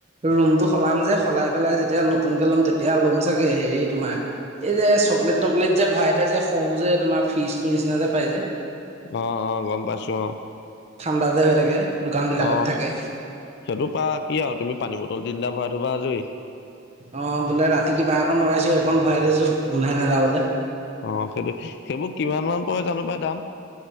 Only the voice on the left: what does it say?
অ অ গম পাইছো অ
আহ
সেইটো পাৰ কি আৰু তুমি পানী বটল না ভৰাই থবা আজৰি
অ সেইটো সেইবোৰ কিমান মান পৰে জানো পাই দাম?